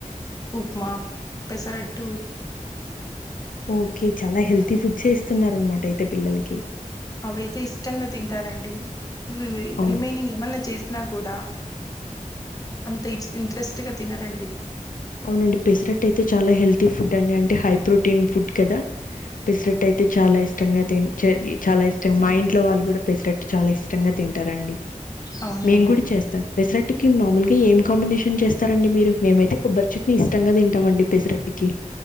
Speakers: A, on the left; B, on the left.
A: ఉప్మా పెసరట్టు
B: ఓకే చాలా హెల్తీ ఫుడ్స్ చేస్తున్నారనమాట అయితే పిల్లలకి కే
A: అవైతే ఇష్టంగా తింటారండి రివే
B: అవునండి.
A: రిమైనింగ్ ఏమన్నా చేసినా కూడా అంత ఇ ఇంట్రెస్ట్గా తినరండి
B: అవునండి పెసరట్ అయితే చాలా హెల్తీ ఫుడ్ అండి అంటే హై ప్రోటీన్ ఫుడ్ కదా పెసరట్ అయితే చాలా ఇష్టంగా చే చాలా ఇష్టంగా మా ఇంట్లో వాళ్ళు కూడా పెసరట్టు చాలా ఇష్టంగా తింటారండి
A: అవునండి
B: మేము కూడా చేస్తాం పెసరట్టుకి మామూలుగా ఏం కాంబినేషన్ చేస్తారండి మీరు మేమైతే చట్ని ఇష్టంగా తింటామండి పెసరట్టికి